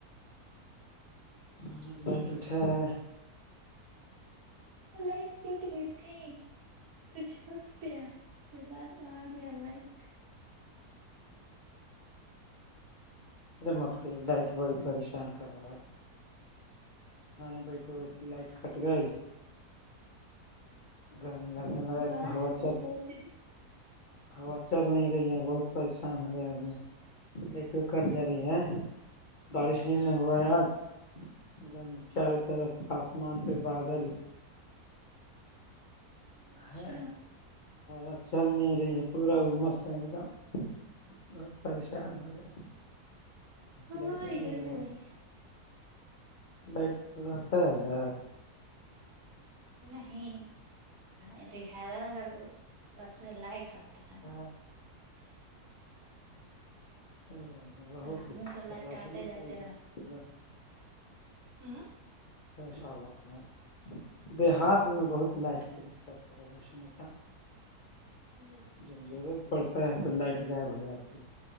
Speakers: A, on the left (about 65°); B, on the right (about 85°).
A: ہاں لیٹ اٹھے ہے
B: وہ لائٹ کٹ گئی تھے پہ چھت پہ آںی اس کے بعد آگیا یا لائٹ
A: ارے مت کرئیے لائٹ بڑی پریشان کر رہا ہے کھانے بیٹھو اس لائٹ کٹ گئی گرمی لگنے لگے
B: گائے
A: تو ہوا
B: ہے
A: چل
B: سوچ
A: ہوا چل نہیں رہی ہے بہت پریشان ہو رہے آدمی نٹک ورک کٹ جا رہی ہے بارش نہیں
B: ہمم
A: نہ ہوا ہے آج ایک دم چاروں طرف آسمان پہ بادل
B: اچھا
A: ہے ہوا چل نہیں رہی ہے پورا عمر سے ایک دم بہت پریشان ہو گیا
B: ہاں
A: لائٹ
B: ہاں
A: نہیں
B: ادھر
A: رہتا
B: بھی وہی ہے
A: لائٹ رہتا ہے ادھر
B: نہیں ات ح ک ر کےرف سے لائٹ رہتا <unintelligible>
A: ہاں نہیں بہت
B: پلاموں
A: دیکت
B: کا لائٹ
A: ہے روشنی
B: آتے جاتے
A: کا چاہے مطلب
B: امم
A: ما شاء اللہ بہار میں بہت لائٹ پدشن کا
B: امم
A: جب ضرورت پڑتا ہے تو لائٹ غائب ہو جاتی ہے